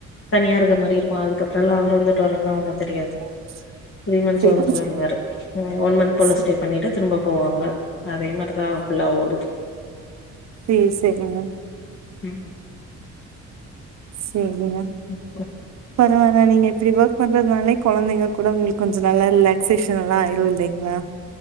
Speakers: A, on the left; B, on the right.
A: தனியா இருக்க மாரி இருக்கு அதுக்கப்புறோல்லா அவரு வந்துட்டோன்னேலா ஒன்னு தெரியாது
B: <inaudible>
A: த்ரீ மன்த்ஸ்
B: செரி
A: ஒன்ஸ் வருவாரு ம் ஒன் மன்த்
B: செரி
A: போல் ஸ்டே பண்ணிட்டு திரும்ப போவாங்க அதே மாரி தா ஃபுல்லா ஓடுது
B: சேர் சேரிங்க
A: ம்
B: சேரிங்க
A: <inaudible>
B: பரவால நீங்க இப்டி ஓர்க் பண்றதுனாலே கொழந்தைங்க கூட உங்களுக்கு கொஞ்ச நாள்ளா இல்ல ஷிஷன் எல்லா ஆயிரு இல்லைங்களா